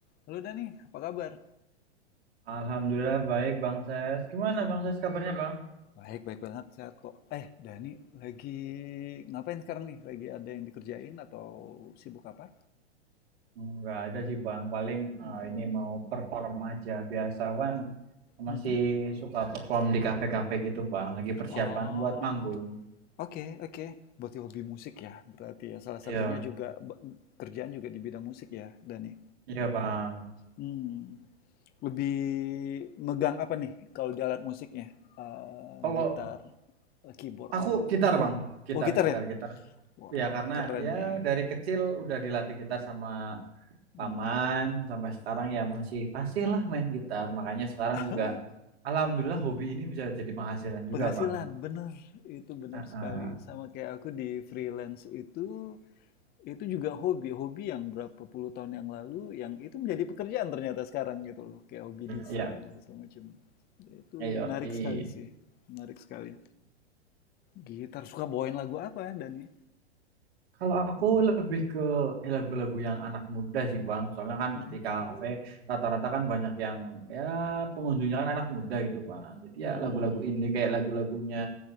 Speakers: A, on the left (about 30°); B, on the right (about 65°).
A: Halo Dani, apa kabar?
B: Alhamdulillah baik Bang Ses. Gimana
A: Iya.
B: Bang Ses kabarnya Bang?
A: Baik, baik banget, sehat kok. Eh, Dani, lagi ngapain sekarang nih? Lagi ada yang dikerjain atau sibuk apa?
B: Nggak ada sih Bang, paling
A: Hmm.
B: eh, ini mau perform aja biasa kan masih
A: mhm.
B: suka perform di kafe-kafe gitu Bang, lagi persiapan
A: Oh,
B: buat manggung.
A: oke, oke. Berarti hobi musik ya, berarti ya. Salah satunya
B: Iya,
A: juga b- kerjaan juga di bidang musik ya, Dani.
B: iya Bang.
A: Hmm. Lebih megang apa nih kalau di alat musiknya? Eh,
B: Kalau
A: gitar, eh, keyboard
B: aku
A: apa?
B: gitar Bang, gitar,
A: Oh, gitar
B: gitar,
A: ya?
B: gitar.
A: Wah,
B: Ya karena
A: keren
B: ya
A: nih.
B: dari kecil udah dilatih gitar sama
A: Hmm.
B: paman, sampai sekarang ya masih fasih lah main gitar. Makanya sekarang
A: <laughs>
B: juga Alhamdulillah hobi ini bisa jadi penghasilan juga
A: Penghasilan,
B: Bang.
A: bener. Itu bener
B: Heeh.
A: sekali. Sama kayak aku di freelance itu, itu juga hobi. Hobi yang berapa puluh tahun yang lalu, yang itu menjadi pekerjaan ternyata sekarang gitu loh. Kayak hobi desain,
B: Iya,
A: apa segala macam. Itu
B: iya,
A: menarik
B: iya.
A: sekali sih. Menarik sekali. Gitar, suka bawain lagu apa ya, Dani?
B: Kalau aku lebih ke eh, lagu-lagu yang anak muda sih Bang. Soalnya kan
A: Mhm.
B: di kafe rata-rata kan banyak yang ya pengunjungnya kan anak muda gitu Bang. Jadi
A: Hmm.
B: ya lagu-lagu indie kayak lagu-lagunya